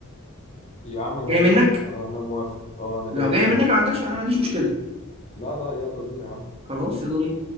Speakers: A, on the left; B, on the right.
A: يا عم
B: جاي
A: ماشي
B: منك
A: انا انا موافق اه انا جايه
B: لو جاي
A: مني
B: منك ما عندكش انا ما عنديش مشكله
A: لا لا يلا بينا يا عم
B: خلاص يلا بينا